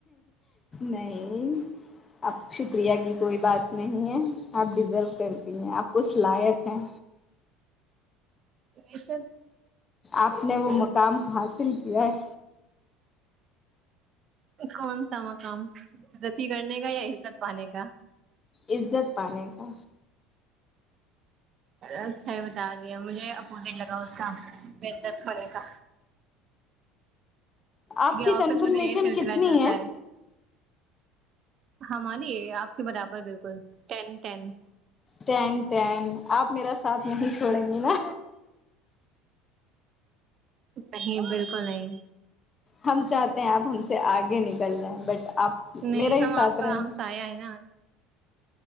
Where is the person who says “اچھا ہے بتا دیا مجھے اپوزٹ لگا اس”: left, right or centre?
Right